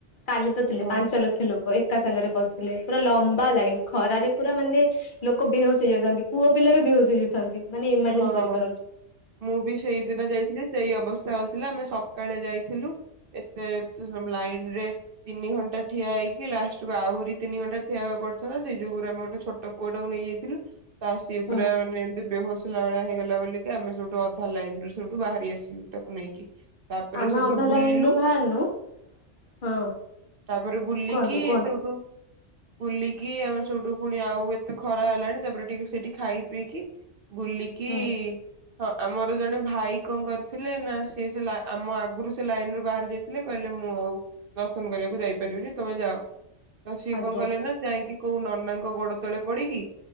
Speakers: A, on the left (about 50°); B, on the right (about 60°).
A: କାଲି ତ ଥିଲେ
B: ହଁ
A: ପାଞ୍ଚ ଲକ୍ଷ ଲୋକ ଏକା ସାଙ୍ଗରେ ପଶିଥିଲେ ପୁରା ଲମ୍ବା ଲାଇନ ଖରାରେ ପୁରା ମାନେ ଲୋକ ବେହୋସ ହେଇଯାଉଥାନ୍ତି ପୁଅ ପିଲା ବି ବେହୋସ ହେଇଯାଉଥାନ୍ତି ମାନେ ଇମାଜିନ
B: ହଁ।
A: କରିପାରନି।
B: ମୁଁ ବି ସେଇଦିନ ଯାଇଥିଲି ସେଇ ଅବସ୍ଥା ହଉଥିଲା ଆମେ ସକାଳେ ଯାଇଥିଲୁ। ଏତେ <inaudible> ସବୁ ଲାଇନରେ। ତିନି ଘଣ୍ଟା ଠିଆ ହେଇକି ଲାଷ୍ଟକୁ ଆହୁରି ତିନି ଘଣ୍ଟା ଠିଆ ହବାକୁ ପଡିଥାନ୍ତା ସେ ଯୋଗରୁ ଆମେ ଗୋଟେ ଛୋଟ। ପୁଅଟାକୁ ନେଇଯାଇଥିଲୁ ତା ସିଏ
A: ହୁଁ
B: ପୁରା ମାନେ ଏମିତି ବେହୋସ। ହେଲା ଭଳିଆ ହେଇଗଲା ବୋଲିକା ଆମେ ସେଠୁ ଅଧା ଲାଇନ ରୁ ସେଠୁ ବାହାରି ଆସିଲୁ ତାକୁ ନେଇକି। ତାପରେ
A: ଆମେ
B: ସେଠୁ
A: ଅଧା ଲାଇନ
B: ବୁଲିଲୁ।
A: ରୁ ବାହାରିନୁ ହଁ
B: ତାପରେ ବୁଲିକି
A: କୁହନ୍ତୁ କୁହନ୍ତୁ
B: ସେଉଠୁ ବୁଲିକି ଆମେ ସବଠୁ ପୁଣି ଆଉ ଏତେ ଖରା ହେଲାଣି ତାପରେ ଟିକେ ସେଇଠି ଖାଇ ପିଇକି ବୁଲିକି।
A: ହୁଁ
B: ହଁ ଆମର ଜଣେ ଭାଇ କଣ କରିଥିଲେ ନା ସିଏ ସେ ଆମ ଆଗରୁ ସେ ଲାଇନ ରୁ ବାହାରି ଯାଇ ଥିଲେ କହିଲେ ମୁଁ ଆଉ ଦର୍ଶନ କରିବାକୁ ଯାଇପାରିବିନି ତମେ ଯାଅ। ତ ସିଏ
A: ଆଜ୍ଞା
B: କଣ କଲେନା ଯାଇକି କୋଉ ନନାଙ୍କ ଗୋଡ ତଳେ ପଡିକି।